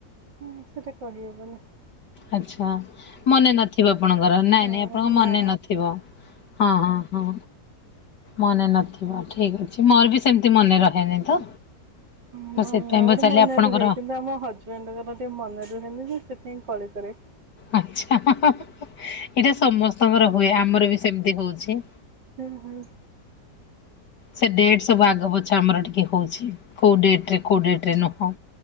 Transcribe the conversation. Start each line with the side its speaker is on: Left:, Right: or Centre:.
Right: ହୁଁ ସେଟା କହି ହବନି।
Left: ଆଛା ମନେ ନଥିବ ଆପଣଙ୍କର, ନାଇଁ
Right: ହଁ
Left: ନାଇଁ ଆପଣଙ୍କ
Right: ମା
Left: ମନେ ନଥିବ। ହଁ ହଁ ହଁ। ମନେ ନଥିବ ଠିକ ଅଛି, ମୋର ବି ସେମତି ମନେ ରହେନି ତ।
Right: ମୋ-ମୋର
Left: ମୁଁ ସେଥିପାଇଁ ପଚାରିଲି
Right: ମନେ
Left: ଆପଣଙ୍କର
Right: ରୁହେ, କିନ୍ତୁ ଆମ ହଜବେଣ୍ଡଙ୍କର ଟିକେ ମନେ ରୁହେ ରୁହେ ସେଥିପାଇଁ କଳି କରେ।
Left: ଆଛା ଏଇଟା ସମସ୍ତଙ୍କର ହୁଏ, ଆମର ବି ସେମିତି ହଉଛି।
Right: ହୁଁ ହୁଁ।
Left: ସେ ଡେଟ୍ ସବୁ ଆଗ ପଛ ଆମର ଟିକେ ହଉଛି। କୋଉ ଡେଟରେ କୋଉ ଡେଟରେ ନୁହଁ,